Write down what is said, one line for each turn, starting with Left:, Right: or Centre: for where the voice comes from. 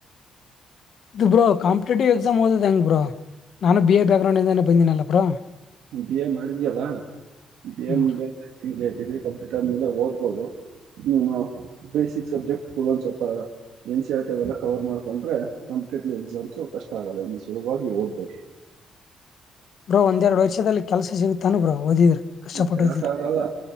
Left: ದಿಬ್ರೋ ಕಾಮ್ ಕಾಂಪಿಟೇಟಿವ್ ಎಕ್ಸಾಮ್ಗ್ ಓದೋದ್ ಎಂಗ್ ಬ್ರೋ, ನಾನು ಬಿ ಎ ಬ್ಯಾಗ್ರೌಂಡ್ ಇಂದಾನೆ ಬಂದಿನಲ್ಲ ಬ್ರೋ.
Right: ಬಿ ಎ ಮಾಡಿದ್ಯಲ್ಲ, ಬಿ
Left: ಹ್ಮ್
Right: ಎ ಮುಂದೆ ಇಂಗೆ ಡಿಗ್ರಿ ಕಂಪ್ಲೀಟ್ ಆದ್ಮೇಲೆ ಓದ್ಬೋದು, ಹ್ಮ ಬೇಸಿಕ್ ಸಬ್ಜೆಕ್ಟ್ ಕೊ ಅನ್ ಸ್ವಲ್ಪ ಎನ್ ಸಿ ಆರ್ ಟಿ ಅದೆಲ್ಲ ಕವರ್ ಮಾಡ್ಕೊಂಡ್ರೆ, ಕಾಂಪಿಟೇಟಿವ್ ಎಕ್ಸಾಮ್ಸು ಕಷ್ಟ ಆಗಲ್ಲ ಈ ಸುಲಭವಾಗಿ ಓದ್ಬೋದು.
Left: ಬ್ರೋ ಒಂದೆರ್ಡ್ ವರ್ಷದಲ್ಲಿ ಕೆಲ್ಸ ಸಿಗುತ್ತನ ಬ್ರೋ ಓದಿದ್ರೆ ಕಷ್ಟಪಟ್ಟು
Right: ಹೇಳಕ್ಕಾಗಲ್ಲ
Left: ಓದಿದ್ರೆ